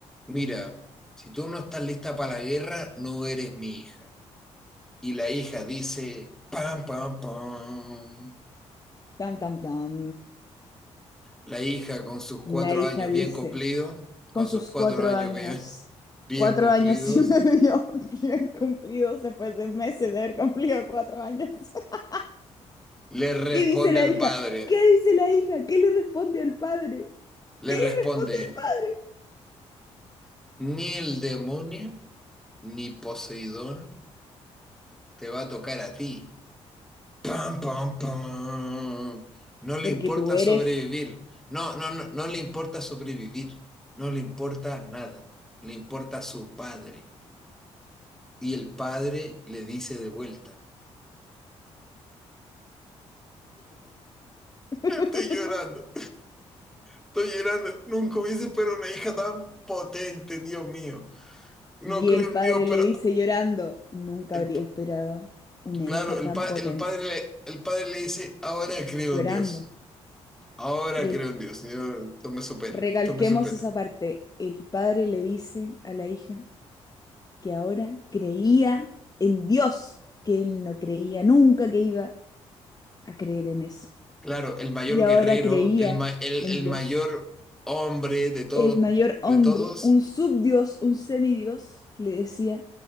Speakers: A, in the centre; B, on the left (about 25°).
A: mira, si tú no estás lista para la guerra, no eres mi hija. y la hija dice, pam, pam, pam.
B: Tam, tam, tam.
A: La hija con sus
B: La
A: cuatro
B: hija
A: años
B: dice,
A: bien cumplidos, con
B: Con sus
A: sus cuatro
B: cuatro
A: años
B: años.
A: bien, bien
B: Cuatro
A: cumplidos,
B: años y medio <laughs> bien cumplidos después de meses de haber cumplido cuatro años. <laughs>
A: le responde
B: ¿qué dice la
A: al
B: hija?
A: padre,
B: ¿Qué dice la hija? ¿Qué le responde al padre?
A: le
B: ¿Qué
A: responde,
B: le responde al padre?
A: ni el demonio ni Poseidón te va a tocar a ti. Pam, pam, pam. No le
B: Porque
A: importa
B: tú eres.
A: sobrevivir. No, no, no, no le importa sobrevivir. No le importa nada. Le importa a su padre. Y el padre le dice de vuelta,
B: <laughs>
A: Estoy llorando, estoy llorando. Nunca hubiese esperado una hija tan potente, Dios mío. No
B: Y
A: creo
B: el padre
A: en Dios, pero
B: le dice llorando, nunca
A: el-
B: habría esperado una
A: claro,
B: hija
A: el,
B: tan
A: pa-
B: potente,
A: el padre, le- el padre le dice, ahora creo
B: llorando.
A: en Dios. Ahora
B: Y
A: creo
B: el
A: en Dios. Yo, esto me supera,
B: Recalquemos
A: esto me supera.
B: esa parte. El padre le dice a la hija que ahora creía en Dios, que él no creía nunca que iba a creer en eso.
A: Claro, el mayor
B: Y ahora
A: guerrero,
B: creía
A: el, ma- el,
B: en
A: el
B: Dios.
A: mayor hombre de, todo,
B: El mayor
A: de
B: hombre,
A: todos,
B: un subdios, un semidios, le decía,